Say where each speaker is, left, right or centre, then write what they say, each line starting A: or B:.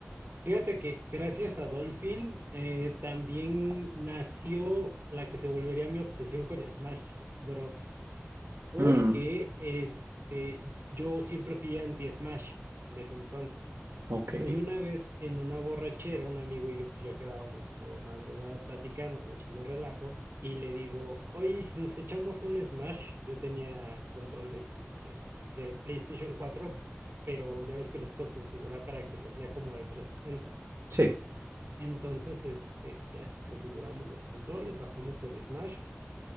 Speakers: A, on the right; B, on the right.
A: Fíjate que gracias a Dolphin eh, también nació la que se volvería mi obsesión con Smash Bros. Porque
B: Mm,
A: este, yo siempre fui anti-Smash en ese entonces.
B: ok.
A: Y una vez en una borrachera, un amigo y yo pues ya quedábamos como de madrugada platicando, ¿no? Echando relajo. Y le digo, oye, ¿y si nos echamos un Smash, yo tenía controles este, de PlayStation 4, pero ya ves que los puedes configurar para que los lea como de 360.
B: Sí.
A: Entonces, este, ya, configuramos los controles, bajamos el Smash